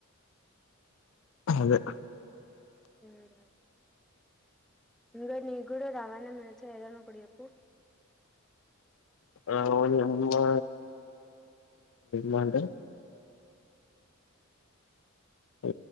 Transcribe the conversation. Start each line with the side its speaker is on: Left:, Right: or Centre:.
Left: అదే
Centre: హమ్ ఇంకా నీకు కూడా రామాయణం నుంచి ఏదనా ఒకటి చెప్పు
Left: రావణుని అమ్మా మంట అ